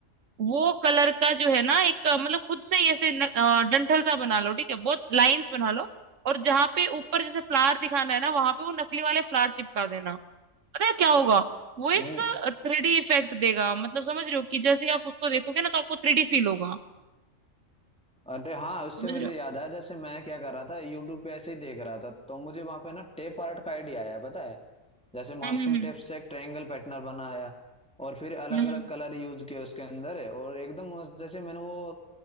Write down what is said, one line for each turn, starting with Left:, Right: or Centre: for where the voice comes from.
Right: वो कलर का जो है ना एक अ, मतलब खुद से ही ऐसे न- अ, डंठल सा बना लो ठीक है बहुत लाइंस बना लो और जहाँ पे ऊपर जैसे फ्लावर दिखाना है ना वहां पे वो नकली वाले फ्लावर चिपका देना पता है क्या होगा वो एक
Centre: नहीं
Right: थ्री डी इफेक्ट देगा मतलब समझ रहे हो कि जैसे आप उसको देखोगे ना तो आपको थ्री डी फील होगा
Centre: अरे हाँ उससे
Right: समझ
Centre: मुझे
Right: रहे हो
Centre: याद आया जैसे मैं क्या कर रहा था यूट्यूब पे ऐसे ही देख रहा था तो मुझे वहां पे ना टेप आर्ट का आइडिया आया पता है जैसे मास्किंग
Right: हम्म हम्म
Centre: टेप से एक ट्रायंगल पैटर्न बनाया और फिर अलग
Right: हम्म
Centre: अलग
Right: हम्म।
Centre: कलर यूज किए उसके अंदर और एकदम उस- जैसे मैंने वो